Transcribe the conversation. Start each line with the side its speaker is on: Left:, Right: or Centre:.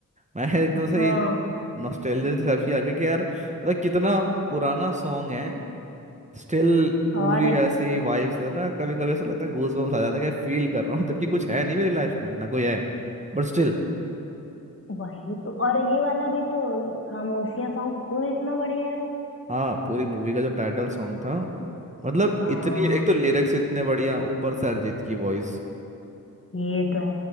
Right: मैं एकदम से
Left: हाँ
Right: ये नॉस्टैल्जिया से काफी आ गया कि यार मतलब कितना पुराना सॉन्ग है स्टिल पूरी
Left: और एक-
Right: ऐसी वाइब्स दे रहा है ना कभी कभी ऐसा लगता है गूज बम्स आ जाता है कि फील कर रहा हूँ जबकि कुछ है नहीं मेरी लाइफ में ना कोई है But still
Left: वही तो और ये वाला भी तो खामोशियां सॉन्ग खुद इतना बढ़िया है
Right: हाँ पूरी मूवी का जो टाइटल सॉन्ग था मतलब
Left: हाँ
Right: इतनी एक तो लिरिक्स इतने बढ़िया ऊपर से अरिजीत की वॉइस
Left: ये तो है